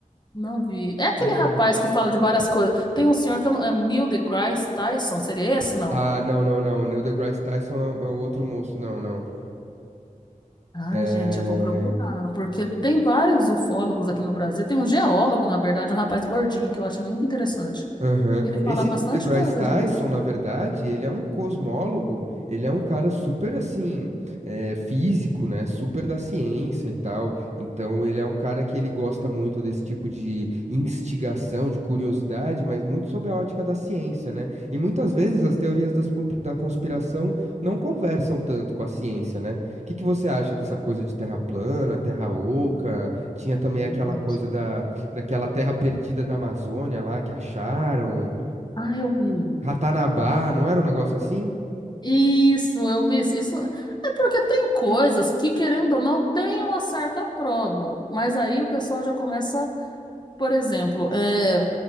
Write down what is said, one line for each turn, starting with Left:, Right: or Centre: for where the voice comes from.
Left: Não vi. É aquele
Right: Hum.
Left: rapaz que fala de várias coisas. Tem um senhor que eu não... é Neil deGrasse Tyson, seria esse, não?
Right: Ah, não, não, não. Neil deGrasse Tyson é o é o outro moço. Não, não.
Left: Ai,
Right: É...
Left: gente, eu vou procurar, porque tem vários ufólogos aqui no Brasil. Tem um geólogo, na verdade, um rapaz gordinho, que eu acho ele muito interessante.
Right: Aham.
Left: Ele fala
Right: Esse
Left: bastante
Right: Neil deGrasse
Left: coisa
Right: Tyson,
Left: disso.
Right: na verdade, ele é um cosmólogo, ele é um cara super, assim, eh, físico, né? Super da ciência e tal. Então, ele é um cara que ele gosta muito desse tipo de instigação, de curiosidade, mas muito sob a ótica da ciência, né? E muitas vezes
Left: Sim.
Right: as teorias das compi- da conspiração não conversam tanto com a ciência, né? O que que você acha dessa coisa de terra plana, terra oca? Tinha também
Left: Aí
Right: aquela
Left: é triste.
Right: coisa daquela terra perdida da Amazônia lá que acharam,
Left: Ah, eu vi.
Right: Ratanabá, não era um negócio assim?
Left: Isso, eu vi. Isso Isso- é porque tem coisas que, querendo ou não, tem uma certa prova. Mas aí o pessoal já começa, por exemplo, é,